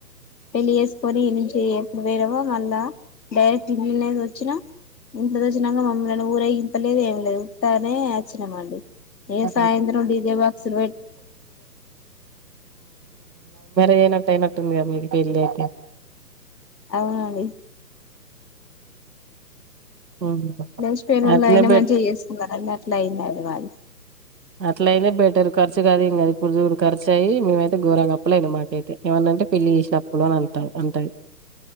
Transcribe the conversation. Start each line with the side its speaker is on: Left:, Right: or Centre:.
Left: పెళ్లిి చేేసుకొని ఇ నుంచి ఎప్పుడు పోేనామో మళ్ళా డైరెక్ట్ ఇట్నేది వచ్చినా ఇంట్లో వచ్చినాక మమ్మల్ని ఊరే ఇంపలేదు ఏం లేదు వస్తానే వచ్చినామండి ఏ
Right: ఆ,
Left: సాయంద్రం డి దే బాక్సుర్ట్
Right: చేనట్టు అయినట్టుందిగా మీరు పెళ్ళి అయితే
Left: అవునండి
Right: ఉమ్.
Left: స్ట్ పేరుళ
Right: అట్నే
Left: అయినా
Right: పెట్
Left: మంచిగా చేసుకున్నారుర అన్నారు దు మది
Right: అట్ల అయినే బెటర్ ఖర్చు కాదు ఇంకా ఇప్పుడు చూడు ఖర్చు అయయి మేమైతేఘోరంగా కప్పలేదు మాకైతే ఏమనంటే పెళ్లి చేసినప్పుడు అని అంటారు అంటే